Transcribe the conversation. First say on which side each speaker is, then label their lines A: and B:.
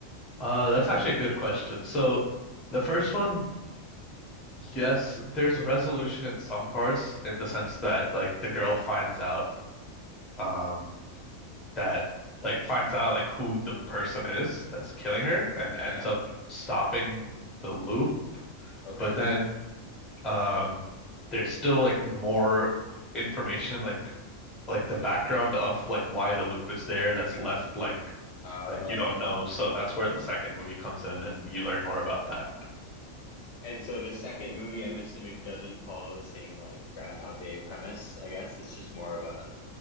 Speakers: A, in the centre; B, on the left.
A: Uh, that's actually a good question. So the first one Yes, there's resolution in some parts in the sense
B: hmm
A: that like the girl finds out um that like finds out like who the person is that's killing her and ends
B: Yeah.
A: up stopping the loop.
B: Okay.
A: But then um there's still like more information like like the background of like why the loop is there that's left like
B: Uh
A: like you don't know. So that's where the second movie comes in and you learn more about that.
B: and so the second movie I'm assuming doesn't follow the same like Groundhog Day premise, I guess. It's just more of a